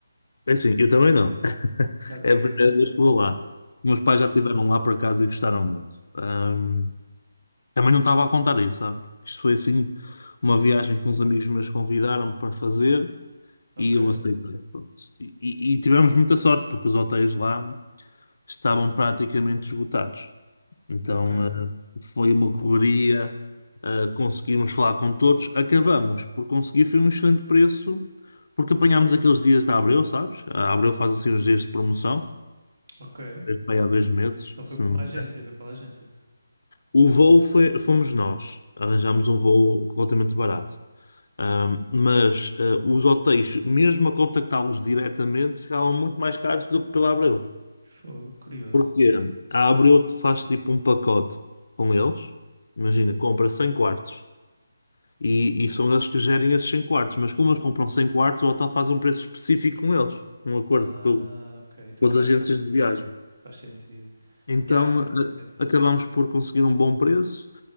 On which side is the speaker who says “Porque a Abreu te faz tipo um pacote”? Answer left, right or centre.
Left